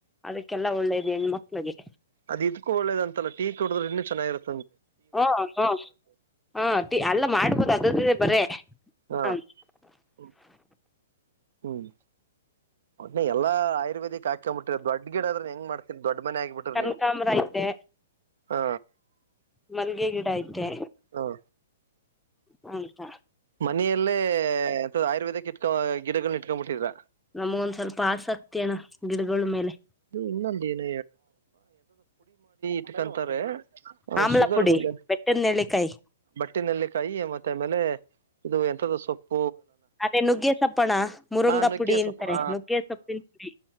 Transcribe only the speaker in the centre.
ಅದಕ್ಕೆಲ್ಲ ಒಳ್ಳೇದು ಹೆಣ ಮಕ್ಳಿಗೆ
ಹು ಹು ಹು ಹಾ ಟಿ ಎಲ್ಲ ಮಾಡ್ಬೋದು ಅದ್ರುದೇ ಬರೇ
ಹ
ಕನಕಾಂಬ್ರ
ಐತೆ
ಮಲ್ಗೆ ಗಿಡ ಐತೆ
ಹುಂತ
ನಮ್ಗೊಂದ್ ಸ್ವಲ್ಪ ಆಸಕ್ತಿ ಅಣ್ಣ ಗಿಡಗಳ ಮೇಲೆ
ಆಮ್ಲ
ಪುಡಿ
ಬೆಟ್ಟದ ನೆಲ್ಲಿಕಾಯಿ
ಅದೇ ನುಗ್ಗೆ ಸೊಪ್ಪಣ್ಣ ಮುರುಂಗ
ಪುಡಿ
ಅಂತಾರೆ
ನುಗ್ಗೆ ಸೊಪ್ಪಿನ ಪುಡಿ